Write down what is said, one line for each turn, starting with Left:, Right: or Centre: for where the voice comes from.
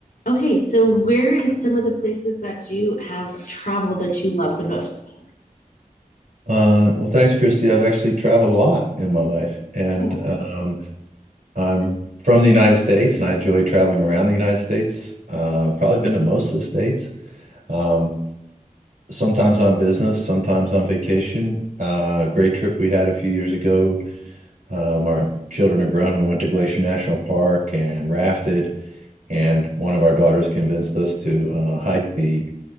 Left: Okay, so where is some of the places that you have traveled that you love the most?
Right: Uh, well, thanks, Christy. I've actually traveled a lot in my life, and
Left: Oh,
Right: um, I'm from the United States, and I enjoy traveling around the United States. Uh, probably been to most of the states. Um, sometimes on business, sometimes on vacation. Uh, great trip we had a few years ago. Um, our children are grown. We went to Glacier National Park and rafted, and one of our daughters convinced us to uh, hike the